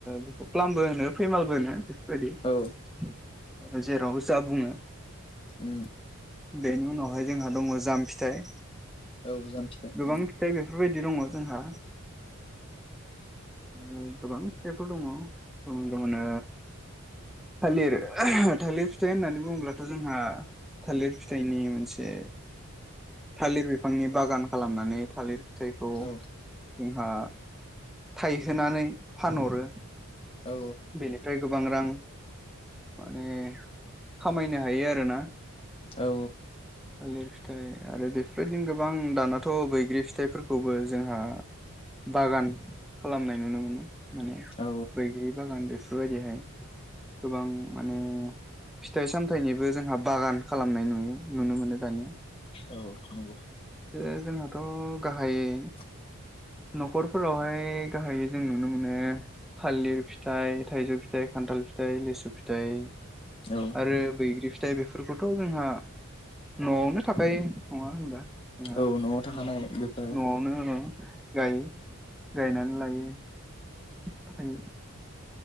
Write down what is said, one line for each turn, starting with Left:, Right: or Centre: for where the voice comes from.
Centre: बेखौ ओ खालामबो होनो फैमालबो होनो बेफोरबायदि
Left: औ
Centre: जेराव जा बुङो
Left: उम
Centre: बेनि उनावहाय जोंहा दङ जाम फिथाइ
Left: औ जाम फिथाइ
Centre: गोबां
Left: उम
Centre: फिथाइ बेफोरबायदि दङ जोंहा <inaudible> ओ गोबां फिथाइ दङ ओं दंनो थालिर थालिर फिथाइ होननानै बुङोब्लाथ' जोंहा थालिर फिथाइनि मोनसे थालिर बिफांनि बागान खालामनानै थालिर फिथाइखौ
Left: औ
Centre: जोंहा थाइहोनानै फानहरो
Left: औ
Centre: बेनिफ फ्राय गोबां रां माने खामायनो हायो आरोना
Left: औ
Centre: थालिर फिथाइ आरो बेफोरबायदिनो गोबां दानाथ' बैग्रि फिथाइफोरखौबो जोंहा बागान खालामनाय नुनो मोनो माने
Left: औ
Centre: बैग्रि बागान बेफोरबायदिहाय गोबां माने फिथाइ सामथायाइनिबो जोंहा बागान खालामनाय नुयो नुनो मोनो दानिया
Left: औ नंगौ
Centre: ओ जोंहाथ' गाहायै
Left: <inaudible>
Centre: न'खरफोरावहाय गाहायै जों नुनो मोनो थालिर फिथाइ थाइजौ फिथाइ खान्थाल फिथाइ लिसु फिथाइ
Left: औ
Centre: आरो बैग्रि फिथाइ बेफोरखौथ' जोंहा न'आवनो थाखायो नङा होनबा जोंहा
Left: औ न'आव थाखानाय
Centre: न'
Left: बेफोर
Centre: न'आवनो गायो गायनानै लायो आमफाय